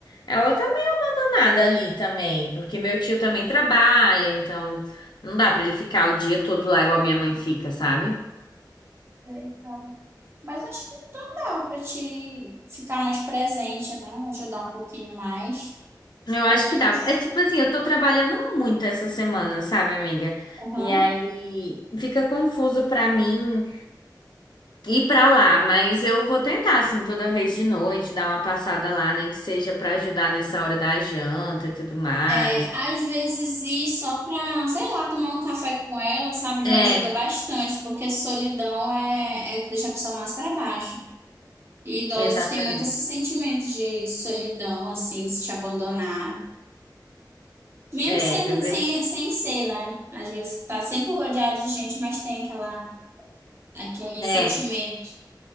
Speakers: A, on the left (about 70°); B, on the right (about 35°).
A: ela também não é nada ali também. Porque meu tio também trabalha, então não dá pra ele ficar o dia todo lá igual minha mãe fica, sabe?
B: Sei, cara. Mas acho que então dava pra te ficar mais presente, né? Ajudar um pouquinho mais.
A: Eu acho
B: Pelo
A: que
B: menos.
A: dá. É tipo assim, eu tô trabalhando muito essa semana, sabe, amiga?
B: Uhum.
A: E aí fica confuso pra mim ir pra lá, mas eu vou tentar, assim, toda vez de noite, dar uma passada lá, nem que seja pra ajudar nessa hora da janta e tudo mais.
B: É, às vezes ir só pra, sei lá, tomar um café com ela, sabe,
A: É,
B: já ajuda bastante, porque solidão é, é que deixa a pessoa mais pra baixo. E idosos
A: exatamente.
B: têm muito esse sentimento de solidão, assim, de se abandonado Mesmo
A: É,
B: sem,
A: é verdade.
B: sem, sem ser, né? Às vezes tá sempre rodeado de gente, mas tem aquela, aquele
A: É.
B: sentimento.